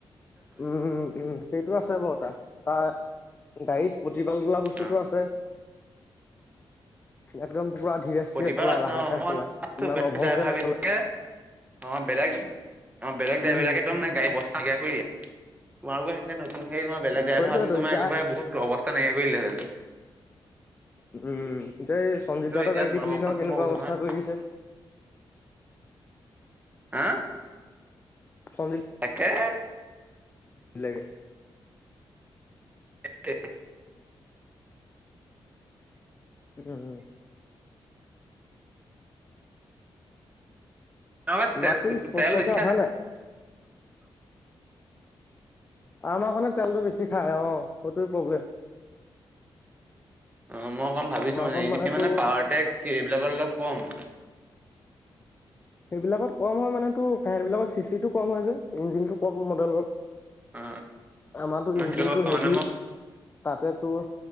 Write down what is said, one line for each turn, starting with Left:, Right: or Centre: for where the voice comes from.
Left: উম উম সেইটো আছে বাৰু তাৰ। তাৰ- গাড়ীত প্ৰতিপাল বোলা বস্তুতটো
Right: অ
Left: আছে একদম পোৰা- ধিৰে স্থিৰে
Right: প্ৰতিপাল
Left: চলাই
Right: আছে
Left: লাহে লাহে
Right: অ
Left: চলায় ইমান অভংগে
Right: ড্ৰাইভাৰ
Left: নচলায়।
Right: বিলাকে অ বেলেগ অ বেলেগ ড্ৰাইভাৰ
Left: উম
Right: বিলাকে একদম গাড়ী অবস্তা বেয়া কৰি দিয়ে। তোমালোকৰ সেইখনে নতুন গাড়ী তোমাৰ বেলেগ ড্ৰাইভাৰ
Left: সেইটোৱেতো
Right: আনি তোমাৰ
Left: এতিয়া
Right: একেবাৰে বহুত অৱস্থা নাইকিয়া কৰিলেহেঁতেন।
Left: উম এতিয়া এই সঞ্জীৱ দাৰ
Right: এতিয়া
Left: গাড়ী
Right: তোমালোকৰখন
Left: দেখিলি ন কেনেকুৱা
Right: মই কৈছো
Left: অৱস্থা
Right: নহয়
Left: কৰি দিছে।
Right: হা?
Left: চঞ্জি-
Right: তাকে।
Left: দিলেগে।
Right: এক
Left: উম।
Right: নহয়
Left: মাতটো স্পষ্টকে
Right: তেল বেছি খাইছে
Left: অহা নাই। আমাৰখনে তেলটো বেছি খাই, অ' সেইটো প্ৰব্লেম।
Right: অ' মই অকণ ভাবিছো
Left: আমাৰখন
Right: মানে, এনেই মানে
Left: তোৰ
Right: পাৱাৰটেক এইবিলাকৰ অলপ কম।
Left: সেইবিলাকত কম হয় মানেতো ফাইবিলকৰ চি চিটো কম হয় যে ইঞ্জিনটো কম মডেলৰ।
Right: অ
Left: আমাৰতো ইঞ্জিনটো
Right: সেইটো
Left: হেভি
Right: মানে
Left: তাতে তোৰ